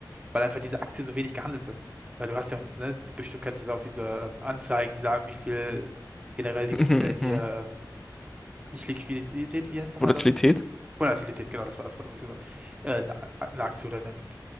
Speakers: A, on the right; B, in the centre.
A: weil einfach diese Aktie so wenig gehandelt wird. Weil du hast ja, ne, bestimmt kennst du auch diese ähm, Anzeigen, die sagen, wie viel generell liq-
B: Mhm,
A: äh, hier,
B: mhm.
A: ähm, nicht Liquidität, wie heißt nochmal
B: Volatilität?
A: das? Volatilität, genau, das war das Wort, was ich gesagt habe. Äh, eine, eine Aktie oder ein